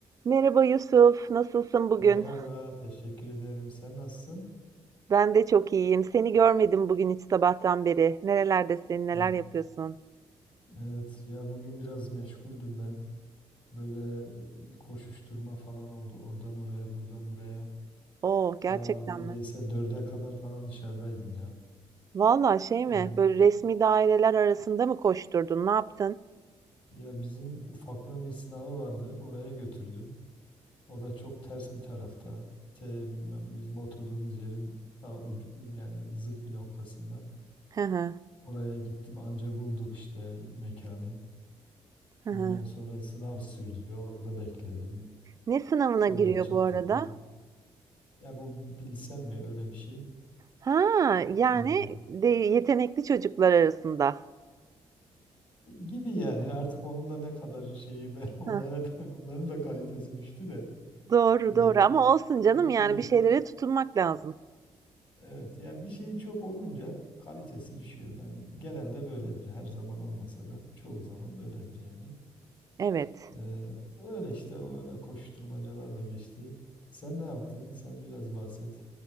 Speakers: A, on the right (about 35°); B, on the left (about 50°).
A: Merhaba Yusuf, nasılsın bugün?
B: Merhaba, teşekkür ederim. Sen nasılsın?
A: Ben de çok iyiyim. Seni görmedim bugün hiç sabahtan beri. Nerelerdesin, neler
B: Evet,
A: yapıyorsun?
B: Evet, ya bugün biraz meşguldüm ben. Böyle bir koşuşturma falan oldu. Oradan oraya, buradan buraya.
A: Oo, gerçekten
B: Ta neredeyse
A: mi?
B: dörde kadar falan dışarıdaydım ya.
A: Valla şey
B: O,
A: mi, böyle resmi daireler arasında mı koşturdun, ne yaptın?
B: ya bizim ufaklığın bir sınavı vardı. Oraya götürdüm. O da çok ters bir tarafta. T bilmem bizim oturduğumuz yerin ta ucu, yani zıt bir noktasında.
A: Hı hı,
B: Oraya gittim anca bulduk işte mekanı.
A: hı
B: Ondan
A: hı.
B: sonra sınav sürdü. Orada bekledim.
A: Ne sınavına
B: Sonra
A: giriyor
B: çıktık.
A: bu arada?
B: Bil- Ya bu bilsem mi öyle bir şey?
A: Ha, yani
B: Ee,
A: de yetenekli çocuklar arasında.
B: gibi yani artık onun da ne kadar şeyi ben <laughs> onlara
A: Heh,
B: da, onların da kalitesi düştü de
A: doğru
B: ee,
A: doğru ama olsun canım
B: bir
A: yani
B: şey
A: bir şeylere tutunmak lazım.
B: evet ya bir şey çok olunca kalitesi düşüyor. Ben genelde böyledir. Her zaman olmasa da çoğu zaman böyledir yani.
A: Evet.
B: Ee, öyle işte öyle koşturmacalarla geçti. Sen ne yaptın? Sen biraz bahset.